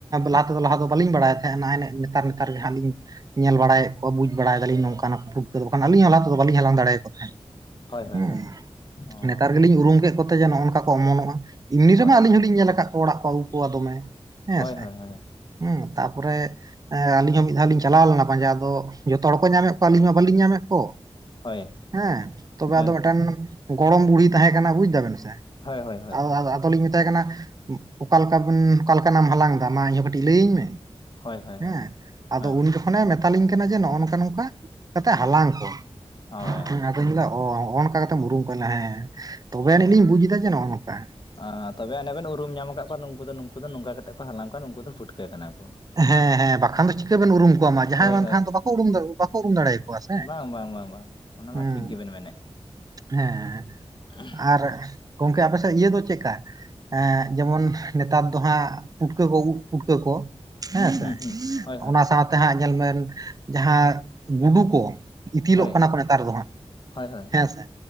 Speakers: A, on the right; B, on the left.
A: ᱞᱟᱦᱟ ᱛᱮᱫᱚ ᱞᱟᱦᱟ ᱫᱚ ᱵᱟᱹᱞᱤᱧ ᱵᱟᱲᱟᱭ ᱛᱟᱦᱮᱸ ᱱᱟᱜᱼᱟᱭ ᱱᱮ ᱱᱮᱛᱟᱨ ᱱᱮᱛᱟᱨ ᱜᱮ ᱦᱟᱸᱜ ᱞᱤᱧ ᱧᱮᱞ ᱵᱟᱲᱟᱭᱮᱫ ᱠᱚ ᱵᱩᱡ ᱵᱟᱲᱟᱭ ᱫᱟᱞᱤᱧ ᱱᱚᱝᱠᱟᱱ-ᱟ ᱯᱩᱴᱠᱟᱹ ᱠᱚ ᱵᱟᱝᱠᱷᱟᱱ ᱟᱞᱤᱧ ᱦᱚᱸ ᱞᱟᱦᱟ ᱛᱮ ᱫᱚ ᱵᱟᱞᱤᱧ ᱦᱟᱞᱟᱝ ᱫᱟᱲᱮᱭᱟᱠᱚ ᱛᱟᱦᱮᱸᱫ᱾
B: ᱦᱳᱭ ᱦᱳᱭ
A: ᱦᱩᱸ
B: ᱦᱳᱭ ᱚ
A: ᱱᱮᱛᱟᱨ ᱜᱮᱞᱤᱧ ᱩᱨᱩᱢ ᱠᱮᱫ ᱠᱚᱛᱮ ᱡᱮ ᱱᱚᱜᱼᱚ ᱱᱚᱝᱠᱟ ᱠᱚ ᱚᱢᱚᱱᱚᱜᱼᱟ ᱮᱢᱱᱤ ᱨᱮᱢᱟ
B: ᱦᱳᱭ
A: ᱟᱞᱤᱧ ᱦᱚᱸ ᱞᱤᱧ ᱧᱮᱞ ᱟᱠᱟᱫ ᱚᱲᱟᱜ ᱠᱚ ᱟᱹᱜᱩ ᱠᱚᱣᱟ ᱫᱚᱢᱮ ᱦᱮᱸᱥᱮ
B: ᱦᱳᱭ ᱦᱳᱭ ᱦᱳᱭ
A: ᱦᱩᱸ ᱛᱟᱨ ᱯᱚᱨᱮ ᱮᱸ ᱟᱹᱞᱤᱧ ᱦᱚᱸ ᱢᱤᱫ ᱫᱷᱟᱣ ᱞᱤᱧ ᱪᱟᱞᱟᱣ ᱞᱮᱱᱟ ᱯᱟᱸᱡᱟ ᱟᱫᱚ ᱡᱚᱛᱚ ᱦᱚᱲ ᱠᱚ ᱧᱟᱢᱮᱫ ᱠᱚᱣᱟ ᱟᱹᱞᱤᱧ ᱢᱟ ᱵᱟᱹᱞᱤᱧ ᱧᱟᱢᱮᱫ ᱠᱚ
B: ᱦᱳᱭ
A: ᱦᱮᱸ ᱛᱚᱵᱮ
B: ᱦᱳᱭ
A: ᱟᱫᱚ ᱢᱤᱫᱴᱟᱝ ᱜᱚᱲᱚᱢ ᱵᱩᱲᱦᱤ ᱛᱟᱦᱮᱸ ᱠᱟᱱᱟ ᱵᱩᱡᱽ ᱫᱟᱵᱮᱱ ᱥᱮ
B: ᱦᱳᱭ ᱦᱳᱭ ᱦᱳᱭ
A: <unintelligible> ᱛᱚᱞᱤᱧ ᱢᱮᱛᱟᱭ ᱠᱟᱱᱟ ᱚᱠᱟ ᱞᱮᱠᱟ ᱵᱮᱱ ᱚᱠᱟ ᱞᱮᱠᱟᱱᱟᱢ ᱦᱟᱞᱟᱝ ᱮᱫᱟ ᱢᱟ ᱤᱧᱦᱚᱸ ᱠᱟᱹᱴᱤᱡ ᱞᱟᱹᱭᱟᱹᱧ ᱢᱮ
B: ᱦᱳᱭ ᱦᱳᱭ
A: ᱦᱮᱸ
B: ᱦᱳᱭ
A: ᱟᱫᱚ
B: ᱦᱳᱭ
A: ᱩᱱᱤ ᱫᱚ ᱢᱟᱱᱮ ᱢᱮᱛᱟᱞᱤᱧ ᱠᱟᱱᱟ ᱡᱮ ᱱᱚᱜᱼᱚ ᱱᱚᱝᱠᱟ ᱱᱚᱝᱠᱟ ᱠᱟᱛᱮ ᱦᱟᱞᱟᱝ ᱠᱚᱢ
B: ᱦᱳᱭ
A: <inaudible> ᱟᱫᱚᱧ ᱞᱟᱹᱭᱫᱟ ᱚ ᱚᱱᱠᱟ ᱠᱟᱛᱮᱢ ᱩᱨᱩᱢ ᱠᱚᱣᱟ <unintelligible> ᱦᱮᱸ ᱛᱚᱵᱮ ᱟᱹᱱᱤᱡ ᱞᱤᱧ ᱵᱩᱡ ᱫᱟ ᱡᱮ ᱱᱚᱜᱼᱚ ᱱᱚᱝᱠᱟ᱾
B: ᱟᱻ ᱛᱚᱵᱮ ᱚᱱᱮ ᱵᱮᱱ ᱩᱨᱩᱢ ᱧᱟᱢ ᱟᱠᱟᱫ ᱠᱚᱣᱟ ᱱᱩᱝᱠᱩ ᱫᱚ ᱱᱩᱝᱠᱩ ᱫᱚ ᱱᱚᱝᱠᱟ ᱠᱟᱛᱮᱫ ᱠᱚ ᱦᱟᱞᱟᱝ ᱠᱚᱣᱟ ᱱᱩᱝᱠᱩ ᱫᱚ ᱯᱩᱴᱠᱟᱹ ᱠᱟᱱᱟ ᱠᱚ᱾
A: ᱦᱮᱸ ᱦᱮᱸ ᱵᱟᱠᱷᱟᱱ ᱫᱚ ᱪᱤᱠᱟᱹ ᱵᱮᱱ ᱩᱨᱩᱢ ᱠᱚᱣᱟ ᱢᱟ ᱡᱟᱸᱦᱟᱭ
B: ᱦᱳᱭ
A: ᱵᱟᱱ ᱛᱟᱦᱟᱱ ᱫᱚ ᱵᱟᱠᱚ ᱩᱨᱩᱢ ᱵᱟᱠᱚ ᱩᱨᱩᱢ ᱫᱟᱲᱮᱭᱟ ᱠᱚᱣᱟ ᱥᱮ᱾
B: ᱵᱟᱝᱼᱵᱟᱝᱼᱵᱟᱝᱼᱵᱟᱝ ᱚᱱᱟ
A: ᱦᱩᱸ
B: ᱢᱟ ᱴᱷᱤᱠ ᱜᱮᱵᱮᱱ ᱢᱮᱱᱮᱫ᱾
A: ᱦᱮᱸ
B: <unintelligible>
A: ᱟᱨ ᱜᱚᱝᱠᱮ ᱟᱯᱮᱥᱮᱡ ᱤᱭᱟᱹ ᱫᱚ ᱪᱮᱫᱠᱟ? ᱮᱸ ᱡᱮᱢᱚᱱ ᱱᱮᱛᱟᱨ ᱫᱚ ᱦᱟᱸᱜ ᱯᱩᱴᱠᱟᱹ ᱠᱚ <unintelligible> ᱯᱷᱩᱴᱠᱟᱹ ᱠᱚ ᱦᱮᱸᱥᱮ
B: ᱦᱩᱸ ᱦᱩᱸ ᱦᱳᱭ ᱦᱳᱭ
A: ᱚᱱᱟ ᱥᱟᱶᱛᱮ ᱦᱟᱸᱜ ᱧᱮᱞ ᱵᱮᱱ ᱡᱟᱦᱟᱸ ᱜᱩᱰᱩ ᱠᱚ ᱤᱛᱤᱞᱚᱜ
B: ᱦᱳᱭ
A: ᱠᱟᱱᱟ ᱠᱚ ᱱᱮᱛᱟᱨ ᱫᱚ ᱦᱟᱸᱜ
B: ᱦᱳᱭ ᱦᱳᱭ
A: ᱦᱮᱸᱥᱮ